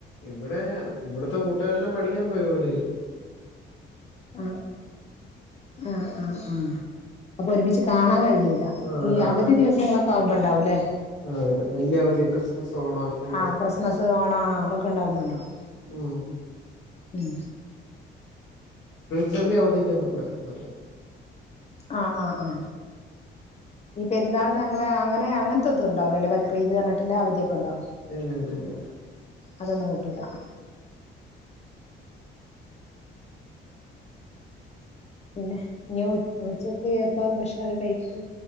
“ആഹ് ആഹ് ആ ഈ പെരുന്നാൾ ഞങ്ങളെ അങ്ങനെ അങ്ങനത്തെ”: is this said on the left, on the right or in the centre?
Left